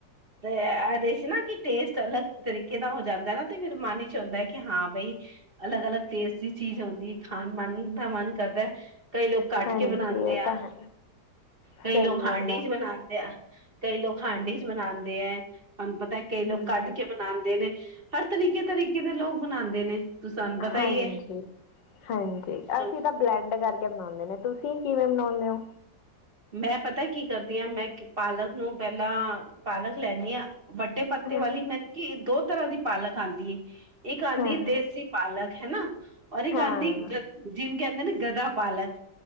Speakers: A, on the right; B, on the left.
A: ਤੇ ਇਹਦੇ ਸੀ ਨਾ ਕਿ ਟੇਸਟ ਅਲੱਗ ਤਰੀਕੇ ਦਾ ਹੋ ਜਾਂਦਾ ਨਾ ਤੇ ਫੇਰ ਮਨ 'ਚ ਹੀ ਹੁੰਦਾ ਹੈ ਕਿ ਹਾਂ ਬਈ ਅਲੱਗ -ਅਲੱਗ ਟੇਸਟ ਦੀ ਚੀਜ਼ ਹੁੰਂਦੀ ਖਾਣ ਮਨ ਦਾ ਮਨ ਕਰਦਾ। ਕਈ ਲੋਕ ਕੱਟ
B: ਹਾਂਜੀ
A: ਕੇ ਬਣਾਂਦੇ
B: ਇਹ
A: ਆ
B: ਤਾਂ ਹੈ
A: ਕਈ
B: ਸਹੀ
A: ਲੋਕ ਹਾਂਡੀ
B: ਗੱਲ ਆ
A: 'ਚ ਬਣਾ ਦੇ ਕਈ ਲੋਕ ਹਾਂਡੀ 'ਚ ਬਨਾਉਂਦੇ ਹੈ ਤੁਹਾਨੂੰ ਪਤਾ ਕਈ ਲੋਕ
B: ਹਮ
A: ਕੱਢ ਕੇ ਬਣਾਂਦੇ ਨੇ ਹਰ ਤਰੀਕੇ -ਤਰੀਕੇ ਦੇ ਲੋਕ ਬਣਾਂਦੇ ਨੇ। ਤੁ ਸਾਨੂੰ ਪਤਾ
B: ਹਾਂਜੀ-
A: ਹੀ
B: ਹਾਂਜੀ
A: ਹੈ
B: ਅਸੀਂ ਤਾਂ ਬਲੈਂਡ ਕਰਕੇ ਬਣਾਉਂਣੇ ਨੇ ਤੁਸੀਂ ਕਿਵੇਂ ਬਣਾਉਂਣੇ ਹੋ।
A: ਮੈਂ ਪਤਾ ਕੀ ਕਰਦੀ ਹਾਂ ਮੈਂ ਪਾਲਕ ਨੂੰ ਪਹਿਲਾਂ ਪਾਲਕ ਲੈਂਣੀ ਆਂ। ਵੱਡੇ ਪੱਤੇ
B: ਹਾਂ
A: ਵਾਲੀ ਮੈਨ ਕਿ ਦੋ ਤਰ੍ਹਾਂ ਦੀ ਪਾਲਕ ਆਂਦੀ ਹੈ ਇੱਕ ਆਉਂਦੀ
B: ਹਾਂ
A: ਦੇਸੀ ਪਾਲਕ ਹੈ ਨਾ ਔਰ ਇੱਕ
B: ਹਾਂ
A: ਆਂਦੀ ਜਿਨ ਕਹਿੰਦੇ ਗਧਾ ਪਾਲਕ